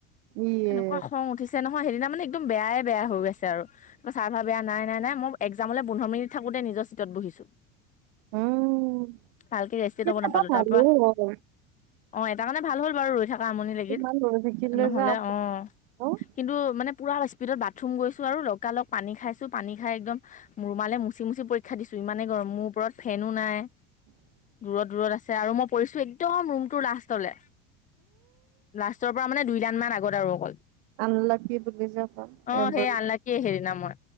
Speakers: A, on the right; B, on the left.
A: ইয়ে
B: এনেকুৱা খং উঠিছে নহয় সেইদিনা। মানে একদম বেয়াই বেয়া হৈ গৈছে আৰু চাৰ্ভাৰ নাই নাই এক্সামলে পোন্ধৰ মিনিত থাকোতে নিজৰ চিটত। বহিছো
A: উম
B: ভালকে ৰেষ্টে
A: কিন্তু
B: লৱ নাপালো
A: এটা ভালো
B: তাৰ পৰা।
A: হ'ল
B: অ এটা কাৰণে ভাল হ'ল বাৰু ৰৈ থকা আমনি লাগিল
A: ইমান হৈ থাকিলে
B: নহলে
A: যে আমাৰ
B: অ
A: অ
B: কিন্তু মানে। পূৰা স্পীডত বাথৰুম গৈছোঁ আৰু লগা লগ পানী খাইছোঁ পানী খাই একদম ৰুমালে মুচি মুচি পৰীক্ষা দিছোঁ। ইমানে গৰম মোৰ ওপৰত ফেনো নাই।
A: <unintelligible>
B: দূৰত দূৰত আছে আৰু মই পৰিছো একদম ৰুমটোৰ লাষ্টলে। লাষ্টৰ পৰা মানে দুইদান মান আগত আৰু অকল।
A: আনলাকি বুলি যে কয়
B: অ
A: এইবোৰ
B: সেই আনলাকি সেইদিনা মই